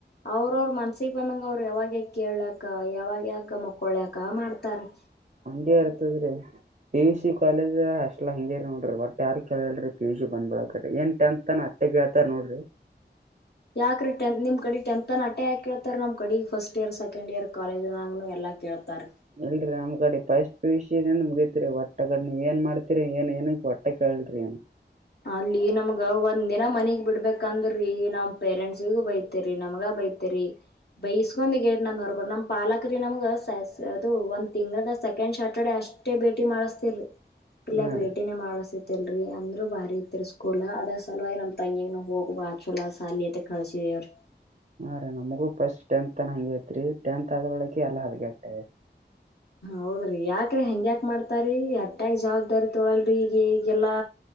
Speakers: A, on the left; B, on the right.
A: ಅವ್ರ ಅವ್ರ ಮನ್ಸಿಗೆ ಬಂದಂಗ ಅವ್ರು ಯಾವಾಗ್ ಕೇಳ್ಕ್ ಯಾವಾಗ ಯಾಕ ಮಕ್ಕೊಳ್ಕ ಮಾಡ್ತಾರ್ ರೀ
B: ಹಂಗೆ ಇರ್ತದ್ ರೀ ಪಿ ಯು ಸಿ ಕಾಲೇಜ್ ಅಷ್ಟ್ ಹಂಗೇರಿ ನೋಡ್ರಿ ಬಟ್ ಯಾರು ಕೇಳ್ ರೀ ಪಿ ಯು ಸಿ ಬಂದ ಬೀಲಕ್ ಅಕ್ಕೆತಿ ಏನ ಟೆಂತನ ಟ್ಟ್ ಹತಾರ ನೋಡ್ರಿ
A: ಯಾಕ್ರೀ ಟೆಂತ್ ನಿಮ್ ಕಡೆ ಟೆಂತ್ ಅಟ್ಟೆ ಯಾಕ್ ಕೇಳ್ತಾರ ನಮ್ ಕಡಿ ಫಸ್ಟ್ ಇಯರ್ ಸೆಕಂಡ್ ಇಯರ್ ಕಾಲೇಜ್ನ ನ್ಯಾಗು ಎಲ್ಲಾ ಕೇಳ್ತಾರೀ.
B: ಇಲ್ರರಿ ನಮ್ ಕಡೆ ಪಸ್ಟ್ ಪಿ ಯು ಸಿ ನಿಂದ ಮುಗತಿರಿ ಒಟ್ಟ ನೀ ಏನ್ ಮಾಡ್ತೀರಿ ಏನ್ ಏನ ವಟ್ಟ್ ಯಾಕ್ಕೇಳ್ರಿ ಅನ್
A: ಅಲ್ಲಿ ನಮಗ ಒಂದ್ ದಿನ ಮನಿಗೆ ಬಿಡ್ಬೇಕಂದ್ರೀ ನಮ್ ಪೇರೆಂಟ್ಸಿಗು ಬಯ್ ತ್ತೀರಿ ನಮಗ ಬೈತರಿ ಬೈಸ್ಕೊಂಡ್ ಗೇಟ್ ನಂದು ಹೊರಬ್ ನಮ್ ಪಾಲಕ್ ರೀ ನಮಗ ಸ ಸ ಅದು ಒಂದು ತಿಂಗಳಗ ಸೆಕೆಂಡ್ ಸ್ಯಾಟರ್ಡೆೇ ಅಷ್ಟ್ ಷ್ಟೇ ಭೇಟಿ ಮಾಡಿಸತಿಲ್ರಿ ಇಲ್ಲಾ
B: ಹಾ
A: ಭೇಟಿನೇ
B: ರೀ
A: ಮಾಡಸ್ತಿತಿಲ್ರರಿ ಅಂದ್ರರು ಬಾರ್ ರ್ ಸ್ಕೂಲ ಅದರ ಸಲುವಾಗಿ ನಮ್ ತಂಗಿಗೆ ಹೋಗವಾ ಚಲೋ ಸಾಲಿ ಅತ್ತ ಕಳ್ಸಿದವ್ರ ರೀ.
B: ಹಾ ರಿ ನಮ್ಗು ಫಸ್ಟ್ ಟೆಂತ್ ತನ ಹಂಗೆ ಐತ್ರಿ ಟೆಂತ್ ಆದ ಬಳಕ ಎಲ್ಲಾ ಹದಗೆಟ್ಟ್
A: ಹೌದ್ರಿ ಯಾಕ್ರೀ ಹೆಂಗ್ಯಾಕ್ ಮಾಡ್ತಾರೀ ಅಟ್ಟ್ಯಾಗ ಜವಾಬ್ದಾರಿ ತಗೋಲ್ರರಿ ಈಗ ಏ ಗೆಲ್ಲಾ